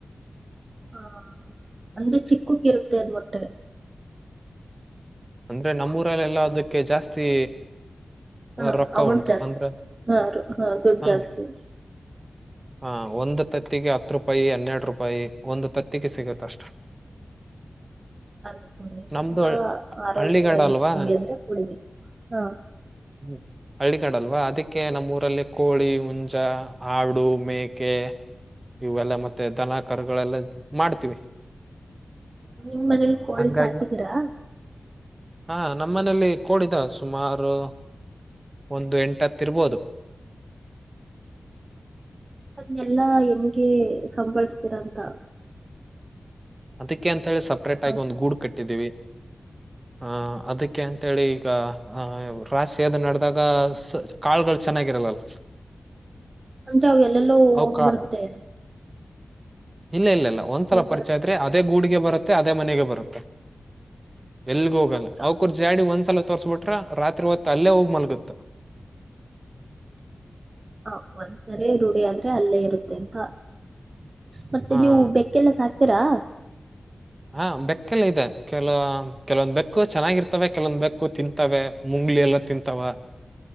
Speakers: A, on the right; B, on the right.
A: ಹಾ ಅಂದ್ರೆ ಚಿಕ್ಕಕ್ಕ ಇರುತ್ತೆ ಅದ ಮಟ್ಟೆ
B: ಅಂದ್ರೆ ನಮ್ಮೂರಲ್ಲೆಲ್ಲ ಅದಕ್ಕೆ ಜಾಸ್ತಿ
A: ಹಾ
B: ರೊಕ್ಕ ಉಂಟು
A: ಜಾಸ್ತಿ
B: ಅಂದ್ರೆ
A: ಹಾ ರು- ಹಾ ದುಡ್ಡು
B: ಹ
A: ಜಾಸ್ತಿ
B: ಹಾ ಒಂದು ತತ್ತಿಗೆ ಹತ್ ರೂಪಾಯಿ ಹನ್ನೆರಡು ರೂಪಾಯಿ ಒಂದು ತತ್ತಿಗೆ ಸಿಗತ್ತ ಅಷ್ಟ <inaudible>
A: ಅದು ಕಡ್ರಿಂದ
B: ನಮ್ದು
A: ಆರೋಗ್ಯವಾಗಿರ್ತೀವಿ
B: ಹಳ್ಳಿಗಾಡ ಅಲ್ವಾ
A: ಅಂದ್ರೆ ಕುಡಿಬೇಕು ಹಾ
B: ಹ್ಮ್ ಹಳ್ಳಿಗಡಲ್ವಾ ಅದಕ್ಕೆ ನಮ್ಮೂರಲ್ಲಿ ಕೋಳಿ ಹುಂಜ ಆಡು ಮೇಕೆ ಇವೆಲ್ಲ ಮತ್ತೆ ದನ ಕರ್ಗಳೆಲ್ಲ ಮಾಡ್ತೀವಿ
A: ನಿಮ್ ಮನೇಲಿ ಕೋಳಿ
B: ಹಂಗಾಗಿ
A: ಸಾಕಿದ್ದೀರಾ
B: ಹಾ ನಮ್ಮನೆಲಿ ಕೋಡಿದ ಸುಮಾರು ಒಂದು ಎಂಟ ಹತ್ತ ಇರ್ಬೋದು
A: ಅದನ್ನಲ್ಲಾ ಹೆಂಗೆ ಸಂಬಳಸ್ತೀರಂತ
B: ಅದಕ್ಕೆ ಅಂತ ಹೇಳಿ ಸಪ್ರೇಟ್ ಆಗಿ
A: ಹೌದ್.
B: ಒಂದ್ ಗೂಡು ಕಟ್ಟಿದೀವಿ ಆಹ ಅದಕ್ಕೆ ಅಂತೇಳಿ ಈಗ ಅ ರಾಸ ಅದು ನಡೆದಾಗ ಕಾಳಗಳು ಚೆನ್ನಾಗಿರಲ್ಲಲ್ಲ
A: ಅಂದ್ರೆ ಅವ ಎಲ್ಲೋ
B: ಅವಕ
A: ಹೋಗ್ಬಿಡ್ತೇ
B: ಇಲ್ಲ ಇಲ್ಲ ಇಲ್ಲ ಒಂದ್ಸಲ
A: ಹೋಗ್ಬರತ್ತೆ
B: ಪರಿಚಯ ಆದ್ರೆ ಅದೇ ಗೂಡಿಗೆ ಬರುತ್ತೆ ಅದೇ ಮನೆಗೆ ಬರುತ್ತೆ ಎಲ್ಗ ಹೋಗಲ್ಲ
A: ಆತರ
B: ಅವ್ಕೂರ್ ಜಾಡಿ ಒಂದ್ಸಲ ತೋರಿಸಬಿಟ್ರೆ ರಾತ್ರಿ ಹೊತ್ತ ಅಲ್ಲೇ ಹೋಗ್ ಮಲ್ಗುತ್ತ
A: ಹ ಒಂದ್ಸರಿ ರೂಢಿ ಆದ್ರೆ ಅಲ್ಲೇ ಇರುತ್ತೆ ಅಂತ ಮತ್ತೆ
B: ಹಾ
A: ನೀವು ಬೆಕ್ಕೆಲ್ಲ ಸಾಕ್ತೀರಾ
B: ಹಾ ಬೆಕ್ಕಲ್ಲ ಇದೆ ಕೆಲವ ಕೆಲವೊಂದ್ ಬೆಕ್ಕು ಚೆನ್ನಾಗಿರ್ತವೆ ಕೆಲವೊಂದ್ ಬೆಕ್ಕು ತಿಂತವೆ ಮುಂಗ್ಳಲ್ಲ ತಿಂತಾವ